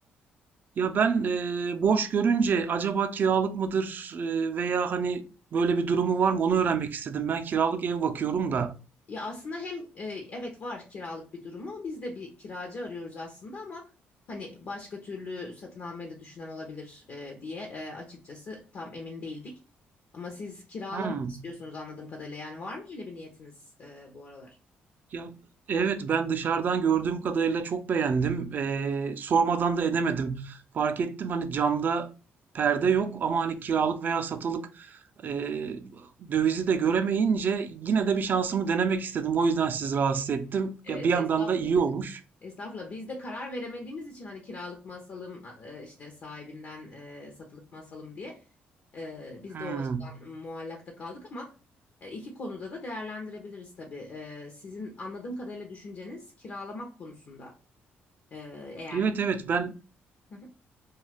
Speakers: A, on the right; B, on the left.
A: Ya ben e, boş görünce acaba kiralık mıdır e, veya hani böyle bir durumu var mı onu öğrenmek istedim. Ben kiralık ev bakıyorum da.
B: Ya aslında hem e, evet var kiralık bir durumu biz de bir kiracı arıyoruz aslında ama hani başka türlü satın almayı da düşünen olabilir e, diye e, açıkçası tam emin değildik. Ama siz kiralamak
A: Hmm.
B: istiyorsunuz anladığım kadarıyla yani var mı öyle bir niyetiniz e, bu aralar?
A: Ya evet ben dışarıdan gördüğüm kadarıyla çok beğendim. Ee, sormadan da edemedim. Fark ettim hani camda perde yok ama hani kiralık veya satılık ee, dövizi de göremeyince yine de bir şansımı denemek istedim. O yüzden sizi rahatsız ettim.
B: Evet,
A: Ya bir yandan
B: estağfurullah.
A: da iyi olmuş.
B: Estağfurullah. Biz de karar veremediğimiz için hani kiralık mı asalım e, işte sahibinden e, satılık mı asalım diye e, biz
A: Hmm.
B: de o açıdan muallakta kaldık ama e, iki konuda da değerlendirebiliriz tabii. E, sizin anladığım kadarıyla düşünceniz kiralamak konusunda e, eğer.
A: Evet evet ben
B: Hı hı.